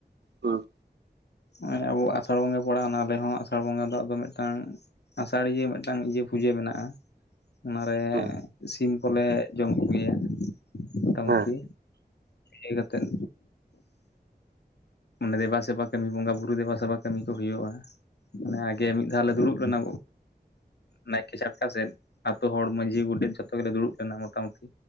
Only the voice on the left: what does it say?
ᱱᱚᱜᱼᱚᱭ ᱟᱵᱚ ᱟᱥᱟᱲ ᱵᱚᱸᱜᱟ ᱯᱟᱲᱟᱣᱮᱱᱟ ᱟᱞᱮ ᱦᱚᱸ ᱟᱥᱟᱲ ᱵᱚᱸᱜᱟ ᱫᱚ ᱟᱫᱚ ᱢᱤᱫᱴᱟᱝ ᱟᱥᱟᱲᱤᱭᱟᱹ ᱢᱤᱫᱴᱟᱝ ᱤᱭᱟᱹ ᱯᱩᱡᱟᱹ ᱢᱮᱱᱟᱜᱼᱟ ᱚᱱᱟᱨᱮ
ᱥᱤᱢ ᱠᱚᱞᱮ ᱡᱚᱢ ᱠᱚᱜᱮᱭᱟ ᱢᱚᱴᱟ ᱢᱩᱴᱤ
ᱤᱭᱟᱹ ᱠᱟᱛᱮᱫ ᱚᱱᱰᱮ ᱫᱮᱵᱟᱼ ᱥᱮᱵᱟ ᱠᱟᱢᱤ ᱵᱚᱸᱜᱟ ᱵᱩᱨᱩ ᱫᱮᱵᱟ ᱥᱮᱵᱟ ᱠᱟᱹᱢᱤ ᱠᱚ ᱦᱩᱭᱩᱜᱼᱟ᱾ ᱢᱟᱱᱮ ᱟᱜᱮ ᱢᱤᱫ ᱫᱷᱟᱣ ᱞᱮ ᱫᱩᱲᱩᱵ ᱞᱮᱱᱟ ᱱᱟᱭᱠᱮ ᱪᱷᱟᱴᱠᱟ ᱥᱮᱫ ᱟᱛᱳ ᱦᱚᱲ ᱢᱟᱺᱡᱷᱤ ᱜᱚᱰᱮᱛ ᱡᱷᱚᱛᱚ ᱜᱮᱞᱮ ᱫᱩᱲᱩᱵ ᱞᱮᱱᱟ ᱢᱚᱴᱟ ᱢᱩᱴᱤ